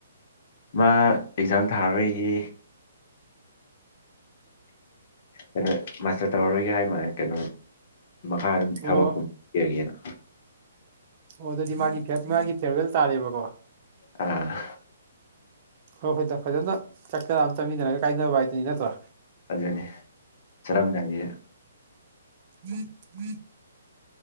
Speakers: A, on the left; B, on the right.
A: ꯃꯥ ꯑꯦꯛꯖꯥꯝ ꯊꯥꯔꯔꯣꯏꯌꯦ ꯀꯩꯅꯣ ꯃꯥꯁꯇꯔ ꯇꯧꯔꯔꯣꯏꯒꯦ ꯍꯥꯏ ꯃꯥ ꯀꯩꯅꯣ ꯃꯈꯥ ꯑꯗꯨꯝ
B: ꯑꯣ
A: ꯊꯕꯛꯒꯨꯝꯕ ꯊꯤꯔꯒꯦꯅ
B: ꯑꯣ ꯑꯗꯨꯗꯤ ꯃꯥꯒꯤ ꯃꯥꯒꯤ ꯐꯦꯔꯋꯦꯜ ꯇꯥꯔꯦꯕꯀꯣ
A: ꯑꯥ
B: ꯍꯣꯏ ꯍꯣꯏꯗ ꯐꯖꯅ ꯆꯥꯛ ꯆꯔ ꯑꯃ ꯆꯥꯃꯤꯟꯅꯔꯒ ꯀꯥꯏꯅꯕ ꯍꯥꯏꯗꯨꯅꯤ ꯅꯠꯇ꯭ꯔꯣ
A: ꯑꯗꯨꯅꯦ ꯆꯥꯔꯝꯗꯥꯢꯁꯤ
B: ꯎꯝ ꯎꯝ <inaudible>